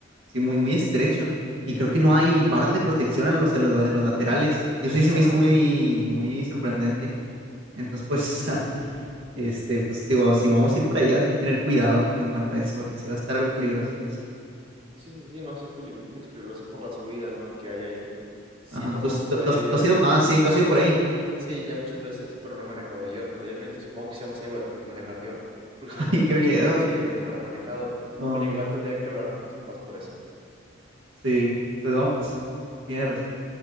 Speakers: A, on the right; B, on the right.
A: sí, muy, muy estrecho. Y creo que no hay barra de protección en los, en los, la- en los laterales. Y
B: no,
A: eso sí se
B: no
A: me hizo
B: hay.
A: muy, muy sorprendente. Entonces, pues, <laughs> o sea, este, pues, digo, si vamos a ir por allá, hay que tener cuidado en cuanto a eso, porque sí va a estar algo peligroso de eso.
B: Sí, sí, sí, no, sí es peli- un poquito peligroso por la subida, ¿no? Que hay ahí. Sí,
A: Ajá.
B: pasamos
A: ¿Tú, has-
B: por
A: tú- tú
B: ahí,
A: has,
B: obviamente.
A: tú has ido? Ah, sí, tú has ido por ahí.
B: Sí, ya muchas veces, pero no he manejado yo, obviamente. y Supongo que si vamos ahí voy a tener que manejar yo, porque
A: <laughs>
B: es el que tiene
A: Ay, qué
B: más
A: miedo.
B: experiencia y el que mejor ha manejado.
A: Hombre,
B: Pero igual tendría que hablarlo con mis papás por eso.
A: sí. Pues vamos, pues sí. Tienes razón.